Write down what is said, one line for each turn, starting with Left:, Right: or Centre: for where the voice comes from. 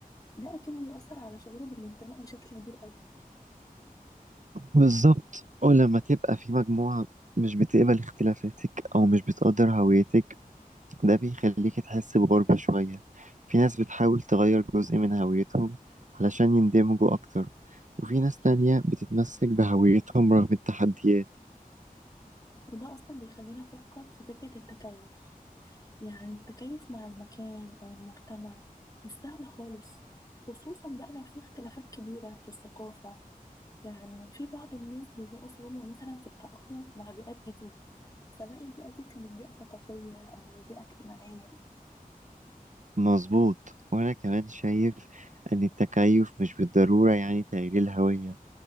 Left: ده اكيد بيأثر على شعوره بالانتماء بشكل كبير قوي
Right: بالظبط ولما تبقى في مجموعة مش بتقبل اختلافاتك أو مش بتقدر هويتك ده بيخليك تحس بغربة شوية في ناس بتحاول تغير جزء من هويتهم علشان يندمجوا أكتر وفي ناس تانية بتتمسك بهويتهم رغم التحديات
Left: وده اصلا بيخلينا نفكر في فكره التكيف يعني التكيف مع المكان او المجتمع مش سهل خالص خصوصا بقى لو في اختلافات كبيره في الثقافه يعني في بعض الناس بيلاقوا صعوبة مثلا في التأقلم مع بيئات جديدة سواء البيئة دي كانت بيئة ثقافية أو بيئة اجتماعية
Right: مظبوط وأنا كمان شايف أن التكيف مش بالضرورة يعني تغيير الهوية